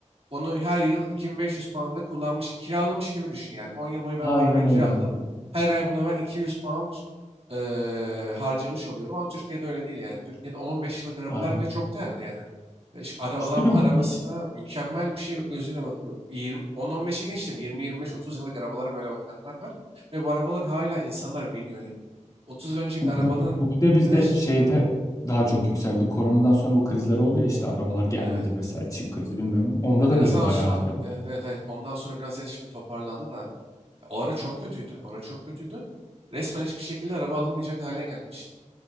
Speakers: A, on the right; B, on the left.
A: Onu her yıl 2500 pound'a kullanmış, kiralamış gibi düşün yani. 10 yıl boyu ben
B: Aynen
A: bu arabayı kiraladım.
B: öyle yapıyor.
A: Her ay buna ben 200 pound eee, harcamış oluyorum ama Türkiye'de öyle değil yani. Türkiye'de 10-15 yıllık arabalar
B: Aynen
A: bile çok
B: öyle.
A: değerli yani. E, şu ara-
B: İşte
A: adam
B: değil
A: arabasına
B: mi? Bu,
A: mükemmel bir şey gözüyle bakıyor. 20, 10-15'e geçtim. 20-25-30 yıllık arabalara böyle bakanlar var. Ve bu arabalar hala insanlar biniyor. Yani. 30 yıl önceki
B: bu,
A: arabanın
B: bu, bu bir de bizde
A: bir de ş-
B: şeyde daha çok yükseldi. Koronadan sonra bu krizler oldu ya işte arabalar gelmedi
A: evet
B: vesaire. Çip krizi bilmem. ne. Onda da
A: en azından
B: böyle bayağı
A: şu an
B: arttı bu.
A: evet, evet, evet, ondan sonra biraz ya şimdi toparlandı da O ara çok kötüydü. O ara çok kötüydü. Resmen hiçbir şekilde araba alamayacak hale gelmişti.